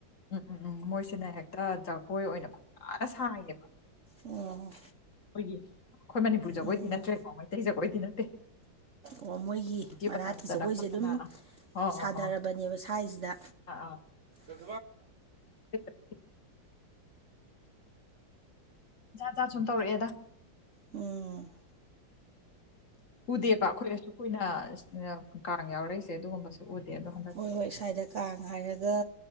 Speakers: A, on the left (about 45°); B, on the right (about 60°).
A: ꯎꯝ-ꯎꯝ-ꯎꯝ ꯃꯣꯏꯁꯤꯅ ꯍꯦꯛꯇ ꯖꯒꯣꯏ ꯑꯣꯏꯅ ꯐꯖꯥꯅ ꯁꯥꯏꯌꯦꯕ꯫
B: ꯎꯝ꯫
A: ꯑꯩꯈꯣꯏꯒꯤ ꯑꯩꯈꯣꯏ ꯃꯅꯤꯄꯨꯔ ꯖꯒꯣꯏꯗꯤ
B: ꯎꯝ
A: ꯅꯠꯇ꯭ꯔꯦꯀꯣ ꯃꯩꯇꯩ ꯖꯒꯣꯏꯗꯤ ꯅꯠꯇꯦ꯫
B: ꯑꯣ ꯃꯣꯏꯒꯤ
A: ꯚꯤꯗꯤꯑꯣ
B: ꯃꯅꯥꯛꯇꯤ
A: ꯅꯝꯗꯅ
B: ꯖꯈꯣꯏꯁꯦ
A: ꯈꯣꯠꯇꯅ
B: ꯑꯗꯨꯝ
A: ꯑꯣ ꯑꯣ
B: ꯁꯥꯗꯔꯕꯅꯦꯕ
A: ꯑꯣ
B: ꯁ꯭ꯋꯥꯏꯁꯤꯗ꯫
A: ꯑꯥ
B: ꯎꯝ꯫
A: ꯍ <unintelligible> ꯖꯠꯖꯥꯠ ꯁꯨꯝ ꯇꯧꯔꯛꯑꯦꯗ꯫
B: ꯎꯝ꯫
A: ꯎꯗꯦꯕ ꯑꯩꯈꯣꯏ ꯑꯁꯨ ꯀꯨꯏꯅ ꯀꯥꯡ ꯌꯥꯎꯔꯛꯏꯁꯦ ꯑꯗꯨꯒꯨꯝꯕꯁꯨ ꯎꯗꯦ ꯑꯗꯣ ꯍꯟꯗꯛ
B: ꯌꯣꯏ ꯏꯁ꯭ꯋꯥꯏꯗ ꯀꯥꯡ ꯍꯥꯏꯔꯒ